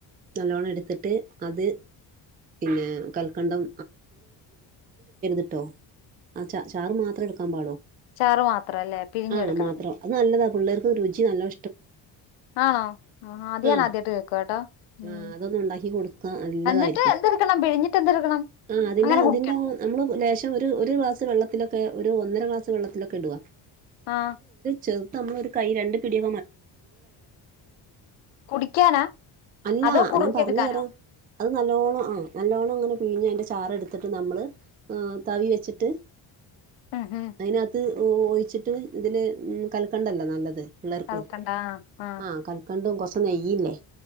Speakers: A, on the right; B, on the left.
A: നല്ലോ ണം എടുത്തിട്ട് അത് പിന്നെ കൽക്കണ്ടം ആ ആ ച ചാറ് മാത്രം എടുക്കാൻ പാടോ
B: ചാറ് മാത്രം അല്ലേ പിഴിഞ്ഞെടുക്കാം
A: ആ മാത്രം അത് നല്ലതാ പിള്ളേർക്ക് രുചി നല്ലോ
B: ആണോ അത്
A: ആ
B: ഞാൻ ആദ്യായിട്ട് കേൾക്കുവാ കേട്ടോ ഉം
A: ആ അതൊന്നും ഉണ്ടാക്കി കൊടുക്ക നല്ലതായിരിക്കും
B: എന്നിട്ട് എന്തെടുക്കണം പിഴിഞ്ഞിട്ട് എന്തെടുക്കണം
A: ആ അതിന്റെ
B: അങ്ങനെ കുടിക്കണം
A: അതിന്റെ നമ്മള് ലേശം ഒരു ഗ്ലാസ് വെള്ളത്തിലക്കെ ഒ ഒരു ഒന്നര ക്ലാസ് വെള്ളത്തിലൊക്കെ ഇടുവാ
B: ആ
A: ചെറുത് നമ്മൾ ഒരു കൈ രണ്ട് പിടി
B: കുടിക്കാനാ
A: അല്ല
B: അതോ കുറുക്കിയെടുക്കാനോ
A: ഞാൻ പറഞ്ഞു തരാം അത് നല്ലോണം ആ നല്ലോണം അ പിഴി ഞ്ഞ്അതിന്റെ ചാറ എടുത്തിട്ട് നമ്മള് തവി വെച്ചിട്ട്
B: ഉം ഉം
A: അതിനകത്ത് ഒഴിച്ചിട്ട് ഇതില് കൽക്കണ്ടല്ലോ നല്ലത് പിള്ളേർക്ക്
B: കലക്കണ്ട ആ ആ
A: ആകൽക്കണ്ടം കൊറച് നെയ്യയില്ലേ